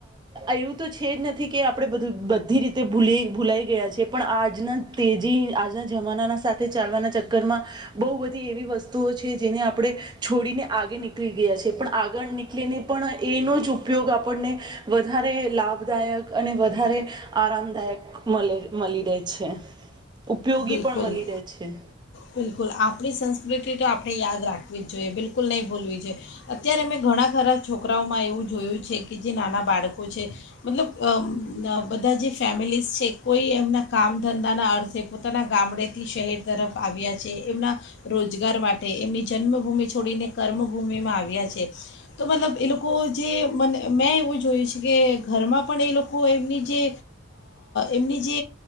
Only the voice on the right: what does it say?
એવું તો છે જ નથી કે આપણે બધું બધી રીતે ભૂલી ભૂલાઈ ગયા છે. પણ આજના તેજી આજના જમાનાના સાથે ચાલવાના ચક્કરમાં બહુ બધી એવી વસ્તુઓ છે જેને આપણે છોડીને આગે નીકળી ગયા છેએ પણ આગળ નીકળીને પણ એનો જ ઉપયોગ આપણને વધારે લાભદાયક અને વધારે આરામદાયક મળે. મળી રહે છે. ઉપયોગી
પણ મળી રહે છે